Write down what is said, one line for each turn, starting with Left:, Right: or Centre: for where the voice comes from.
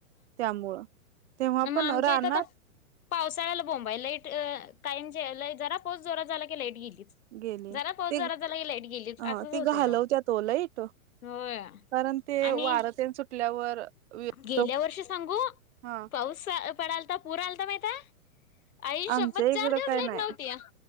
Right: त्यामुळं. तेव्हा पण
Left: म आमच्या
Right: रानात
Left: इथं त पावसाळ्याला बोंब आहे. लाईट काय म्हणजे जरा पाऊस जोरात झाला की लाईट गेलीच.
Right: गेली
Left: जरा पाऊस
Right: ती
Left: जोरात झाला की लाईट गेलीच असंच
Right: अ ती
Left: होतंय
Right: घालवत्यात
Left: अहो
Right: ओ लाईट.
Left: होय
Right: कारण ते
Left: आणि
Right: वार तेन सुटल्यावर व्यक्त
Left: गेल्या वर्षी सांगू
Right: हा.
Left: पाऊस पडालता पूर आलता माहिताय. आई
Right: आमच्या
Left: शपथ
Right: इकडं
Left: चार दिवस
Right: काय
Left: लाईट
Right: नाही
Left: नव्हती.